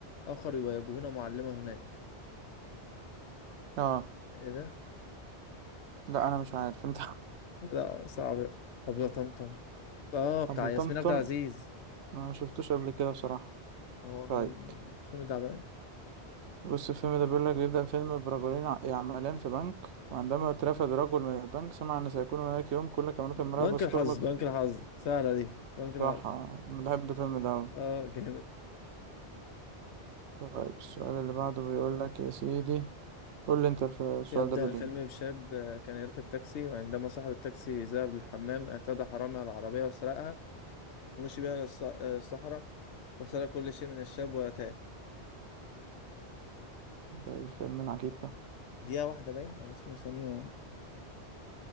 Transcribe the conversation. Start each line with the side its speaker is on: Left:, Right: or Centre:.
Left: آخر ويواجهون معلمة هناك
Right: اه
Left: إيه ده؟
Right: لا أنا مش عارف أنت
Left: لا صعب ده أبلة طمطم آه
Right: <laughs>
Left: بتاع
Right: أبو
Left: ياسمين
Right: طمطم
Left: عبد العزيز
Right: أنا ما شفتوش قبل كده بصراحة
Left: هو
Right: طيب
Left: كان فيلم تعبان
Right: بص الفيلم ده بيقول لك يبدأ فيلم برجلين ع- يعملان في بنك وعندما اترفد رجل من البنك سمع أن سيكون هناك يوم كل كاميرات المراقبة
Left: بنك
Right: ستغلق
Left: الحظ بنك
Right: في
Left: الحظ سهلة دي بنك الحظ
Right: راحة أنا بحب الفيلم ده أوي
Left: <laughs> اه جامد
Right: طيب السؤال اللي بعده بيقول لك يا سيدي قول لي أنت الف- السؤال
Left: يبدأ
Right: ده بيقول
Left: الفيلم
Right: إيه
Left: بشاب آه، كان يركب تاكسي وعندما صاحب التاكسي ذهب للحمام اعتدى حرامي على العربية وسرقها ومشي بيها للص- آه، الصحراء وسرق كل شيء من الشاب وتاه
Right: ده الفيلم العجيب ده
Left: دقيقة واحدة باين أو اسمه ثانية